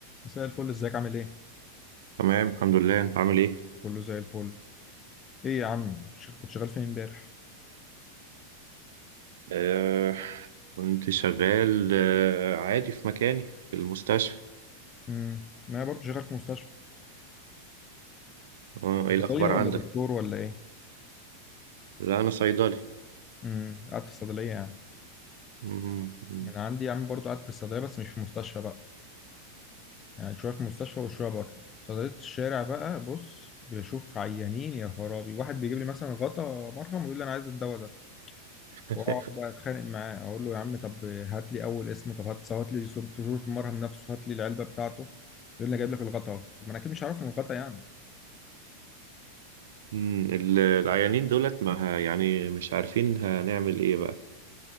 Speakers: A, on the left; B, on the right.
A: مساء الفل ازيك عامل ايه؟
B: تمام الحمد لله انت عامل ايه
A: كله زي الفل ايه يا عم ش- كنت شغال فين امبارح؟
B: آه كنت شغال آه عادي في مكاني في المستشفى
A: امم ما انا برضه شغال في مستشفى
B: آه
A: صيدلية
B: ايه الاخبار
A: ولا
B: عندك
A: دكتور ولا ايه؟
B: لا انا صيدلي
A: امم قاعد في الصيدلية يعني
B: مم. مم.
A: انا عندي يا عم برضه قاعد في الصيدلية بس مش في مستشفى بقى يعني شوية في مستشفى وشوية بره صيدلية الشارع بقى بص بشوف عيانين يا خرابي واحد بيجيب لي مثلا غطا مرهم ويقول لي انا عايز الدواء ده
B: <laughs>
A: واقعد بقى اتخانق معاه اقول له يا عم طب هات لي اول اسمه طب هات هات لي صورة صورة المرهم نفسه هات لي العلبة بتاعته يقول لي أنا جايب لك الغطا طب ما انا اكيد مش عارف من الغطا يعني
B: مم، ال- العيانين دولت ما ه- يعني مش عارفين هنعمل ايه بقى